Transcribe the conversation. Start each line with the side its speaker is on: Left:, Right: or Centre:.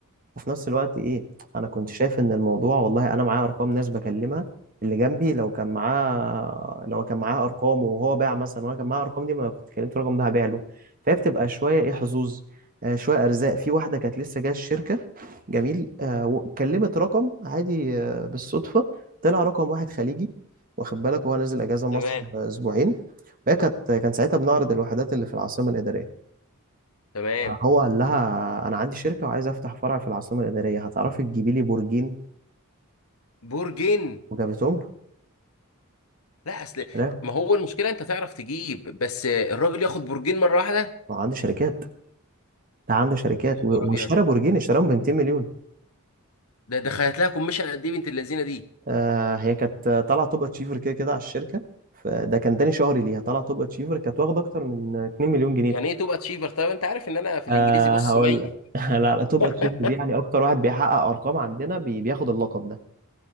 Right: وفي نفس الوقت ايه انا كنت شايف ان الموضوع والله انا معايا ارقام ناس بكلمها اللي جنبي لو كان معاه لو كان معاه ارقام وهو باع مثلا وانا كان معايا ارقام دي ما كنت كلمت الرقم ده هبيع له فهي بتبقى شويه ايه حظوظ آه شويه ارزاق في واحده كانت لسه جايه الشركه جميل آه وكلمت رقم عادي آه بالصدفه طلع رقم واحد خليجي واخد بالك وهو نازل اجازه مصر
Left: تمام
Right: اسبوعين وهي كانت كان ساعتها بنعرض الوحدات اللي في العاصمه الاداريه
Left: تمام
Right: هو قال لها انا عندي شركه وعايز افتح فرع في العاصمه الاداريه هتعرفي تجيبي لي برجين
Left: برجين
Right: وجابتهم له
Left: لا اصل
Right: اشتراهم
Left: ما هو المشكله انت تعرف تجيب بس الراجل ياخد برجين مره واحده
Right: هو عنده شركات ده عنده شركات
Left: يا خبر
Right: و-
Left: ابيض
Right: واشترى برجين اشتراهم ب 200 مليون
Left: ده دخلت لها كوميشن قد ايه بنت اللذينه دي
Right: آه هي كانت طالعه توب اتشيفر كده كده على الشركه فده كان تاني شهري ليها طالعه توب اتشيفر كانت واخده اكتر من 2
Left: يعني
Right: مليون جنيه
Left: ايه تبقى تشيفر طيب انت عارف ان انا في الانجليزي
Right: آه
Left: بص
Right: هقول
Left: ميت
Right: لك <laughs> لا لا توب
Left: <laughs>
Right: اتشيفر دي يعني اكتر واحد بيحقق ارقام عندنا بي- بياخد اللقب ده